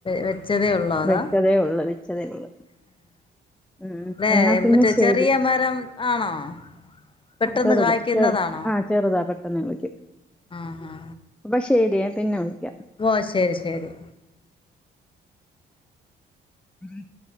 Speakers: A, on the left; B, in the centre.
A: വെച്ചതെ ഉള്ളോ അതാ
B: വെച്ചതേ ഉള്ളു വെച്ചതേ ഉള്ളു ഉം
A: വെ
B: എന്നാ പിന്നെ
A: മറ്റേ
B: ശരി
A: ചെറിയ മരം ആണോ പെട്ടെന്ന്
B: ആ ചെറുതാ
A: കായ്ക്കുന്നതാണോ
B: ചെറു ആ ചെറുതാ പെട്ടെന്ന് വിളിക്കും
A: ആ ആ ആ
B: അപ്പൊ ശരിയെ പിന്നെ വിളിക്കാം
A: ഓ ശെരി ശെരി
B: <inaudible>